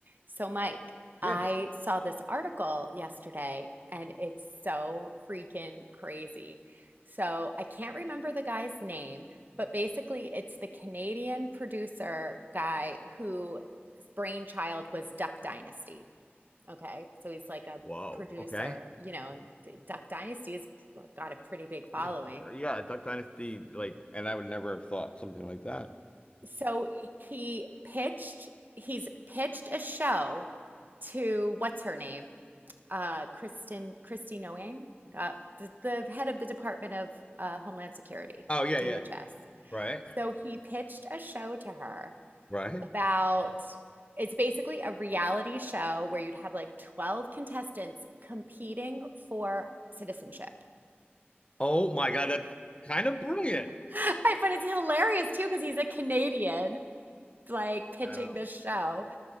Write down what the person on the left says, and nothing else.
Yeah,
Jay.
Whoa.
Okay. <clears throat>
<laughs> Yeah, Duck Dynasty, like, and I would never have thought something like that.
Oh yeah,
yeah. Right.
Right.
Oh my God, that's kind of brilliant.
Wow.